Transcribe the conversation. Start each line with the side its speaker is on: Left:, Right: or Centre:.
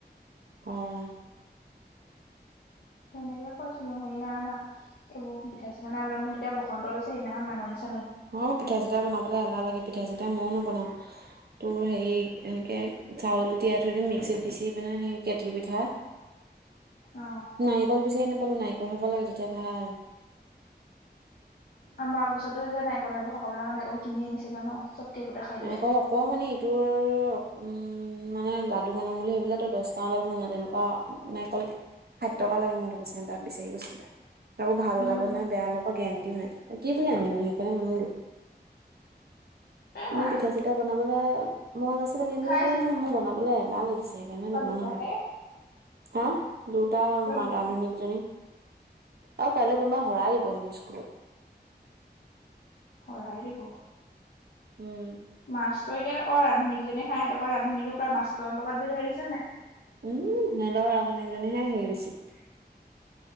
Right: অহ
Left: তেনেকে কৈছো মই হেৰি নাই আনা এইবোৰ পিঠা- চিঠা নাই বোলে মোৰ তেতিয়া বসন্ত আছে সিদিনাখন মানুহ নিচ
Right: অ পিঠা চিঠা বনাবলৈ এলাহ লাগে পিঠা চিঠা ময়ও নবনাওঁ। <unintelligible> তোৰ হেৰি এনেকে চাউল তিয়াই থৈ দিও মিক্সিত পিচি মানে সেই কেটলি পিঠা। <inaudible>
Left: অ
Right: নাৰিকল বিচাৰি নাপালো নাৰিকল হ'ব লাগে তেতিয়া ভাল।
Left: আমাৰ গওচৰত যে নাৰিকল নাইব সকল মিল মাৰ নাৰিকল কিনি আনিছেজান চব। <unintelligible> দিলে
Right: নাৰিকল আকমানে ইটোৰ। উম মানে লাডু বনাম বুলি ভাবিলেটো দহটামান লাডু <unintelligible> তেনেকুৱা নাইকল। হাতটকা লাগে মই ধব চেণ্টাৰত বিচাৰি গৈছিলে। <unintelligible> আকো ভাল
Left: উম
Right: ওলাব নাই বেয়া ওলাব গেৰেণ্টিও নাই কি বুলি আনিনো সেইকাৰণে নানিলো। <inaudible>
Left: এ
Right: এনে
Left: মা
Right: পিঠা চিঠা বনাবলৈ মন আছিল কিন্তু
Left: খাইছো
Right: এ মোৰ বনাবলৈ এলাহ লাগিছে সেইকাৰণে নবনালো।
Left: দুটাহে
Right: হা দুটা
Left: দুটা
Right: ৰান্ধনিকজনী। <unintelligible> অ কাইলৈ কোনোবাই শৰাই দিব হেনো স্কুলত।
Left: পাৰিব।
Right: উম।
Left: মাছতো এতিয়া অ ৰান্ধনীকেইজনীয়ে খাই সিহঁতক ৰান্ধনীক পুৰা মাষ্টৰলগত বহি থকা দেখিছ নাই?
Right: উম হেত ৰান্ধনিকিজনি হে সেই বেছি। <unintelligible>